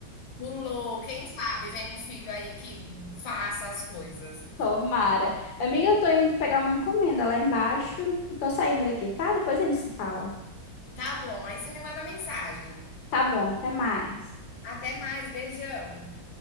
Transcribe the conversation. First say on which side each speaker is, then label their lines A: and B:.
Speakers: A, on the left; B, on the left.
A: Pulou, quem sabe vem um filho aí que faça as coisas.
B: Tomara. Amiga, eu tô indo pegar uma encomenda lá embaixo. Eu tô saindo aqui, tá? Depois a gente se fala.
A: Tá bom, aí você me manda mensagem.
B: Tá bom, até mais.
A: Até mais, beijão.